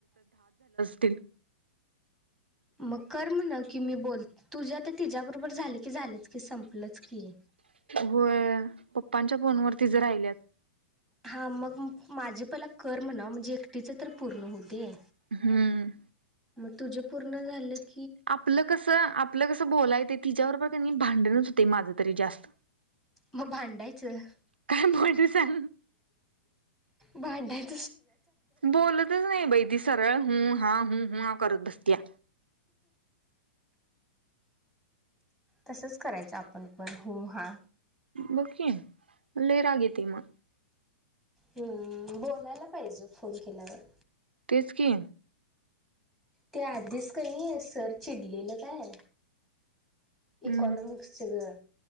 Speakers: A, on the right; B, in the centre.
A: त
B: मग कर म्हणा की मी बोल तुझ्या आता तिच्या बरोबर झाले की झालेच की संपलंच की.
A: होय पप्पांच्या फोनवर तिजे राहिल्यात.
B: हा मग माझे पहिला कर म्हणाव म्हणजे एक तीच तर पूर्ण होऊदे.
A: हम्म
B: मग तुझे पूर्ण झालेत.
A: आपलं कसं आपलं कसं बोलायेत तिच्या बरोबर भांडणच होते माझं तरी जास्त.
B: मग भांडायचं
A: काय बोलू सांग
B: भांडायच.
A: बोलतच नाही बई ती सरळ हुं हा हुं ह हा करत बसतया.
B: तसच करायचं आपण पण. होहा
A: बघ की लय राग येते मग.
B: हम्म, बोलायला पाहिजे फोन केल्यावर.
A: तेच कि.
B: ते आधीच क नाई सर चिडलेलं काय.
A: हम्
B: इकॉनॉमिक्सच ग